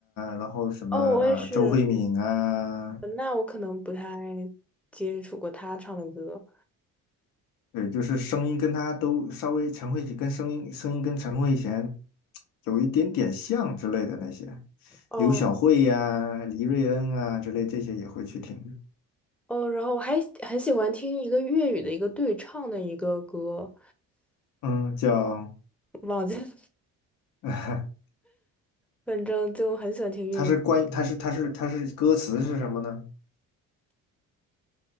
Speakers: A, on the left; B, in the centre.
A: 然后什么呃周慧敏啊，
B: 哦，我也是，嗯那我可能不太接触过他唱的歌。
A: 对，就是声音跟她都稍微陈慧跟声音声音跟陈慧娴有一点点像之类的那些，
B: 哦
A: 刘晓慧呀、黎瑞恩啊之类这些也会去听。
B: 哦，然后我还很喜欢听一个粤语的一个对唱的一个歌，
A: 嗯，叫，
B: 忘记了，
A: <laughs>
B: 反正就很喜欢听粤语。
A: 它是关于，它是它是它是歌词是什么呢？